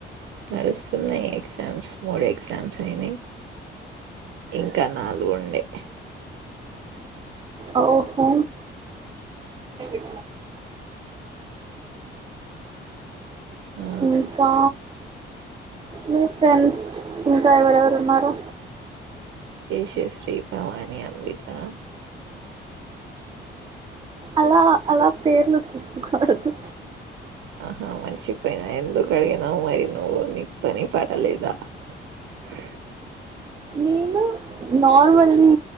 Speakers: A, on the right; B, on the right.
A: నడుస్తున్నాయ్ ఎక్జామ్స్ మూడు ఎక్జామ్స్ అయినాయ్ ఇంకా నాలుగుండే
B: ఓ హు చడి
A: ఆ
B: ఇంకా మీ ఫ్రెండ్స్ ఇంకా ఎవరెవరు ఉన్నారు
A: యశశ్రీ భవాని అంబికా
B: అలా అలా పేర్లు చోప్ కూడదు
A: ఆహా మర్చిపోయినా ఎందుకు అడిగినావ్ మరి నువ్వు నీ పని పాట లేదా ఆ
B: నేను నార్మల్లీ